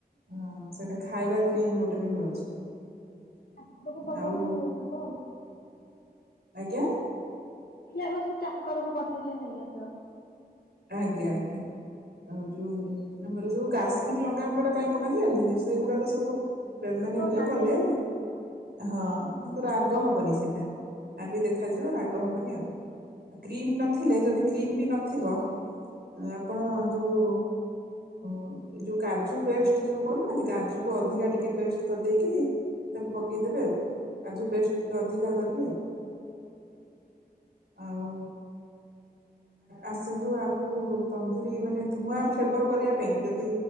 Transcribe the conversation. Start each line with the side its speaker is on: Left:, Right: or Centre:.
Right: ହଁ, ସେଇଟା ଖାଇବା କ୍ରିମ୍ ବି ଗୋଟେ ବି ମିଳୁଛି।
Left: ତାକୁ ଯଦି ପଠେଇଲେ,
Right: ଆଉ
Left: ନେଇ ଆସିବ ଆଉ।
Right: ଆଜ୍ଞା?
Left: ଆମ ସେ ଚାକରକୁ ପଠେଇଲେ ନେଇଆସିବ।
Right: ଆଜ୍ଞା ଆଜ୍ଞା। ଆଉ ଯୋଉ, ଆମର ଯୋଉ, କାଶ୍ମୀର ଲଙ୍ଗା ଗୁଣ୍ଡ ଟା କାହିଁ ପକାନ୍ତି ଜାଣିଛନ୍ତି? ସେଇଗୁଡାକ ସବୁ ମାନେ,
Left: ପୁରା
Right: ଇଏ
Left: ନାଲି
Right: କଲେ।
Left: ଦେଖାଯିବ।
Right: ହଁ, କିନ୍ତୁ, ରାଗ ହବନି ସେଇଟା। ନାଲି ଦେଖାଯିବ, ରାଗ ହବନି ଆଉ। କ୍ରିମ୍ ନଥିଲେ, ଯଦି କ୍ରିମ୍ ବି ନଥିବ। ଆପଣ ଯୋଉ ଏଇ ଯୋଉ, କାଜୁ ପେଷ୍ଟ ଯୋଉ କରୁନାହାଁନ୍ତି! କାଜୁକୁ ଅଧିକା ଟିକେ ପେଷ୍ଟ କରିଦେଇକି ତାକୁ ପକେଇଦବେ ଆଉ। ଆ ଯଉ ପେଷ୍ଟ ଟିକେ ଅଧିକା କରିବେ ଆଉ। ଆଉ, ଆସ ଯୋଉ ଆ ଉ ତନ୍ଦୁରୀ ମାନେ ଧୂଆଁ ଫ୍ଲେଭର କରିବା ପାଇଁ, ଯଦି